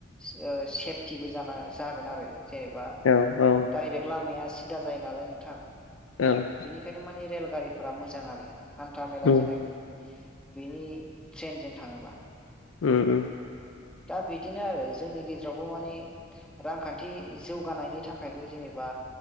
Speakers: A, in the centre; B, on the left (about 80°).
A: से सेफटिबो जाना जागोन आरो‌ जेनेबा
B: औ औ
A: डायरेक्ट लामाया सिदा जायो नालाय नोंथां।
B: उम
A: बेनिखायनो माने रेलगारिफोरा मोजां आरो हान्था मेला
B: उम
A: जेनाखि बेनि ट्रेनजों थाङोबा
B: ओ ओ।
A: दा बिदिनो आरो जोंनि गेजेरावबो माने रांखान्थि जौगानायनि थाखायबो जेनेबा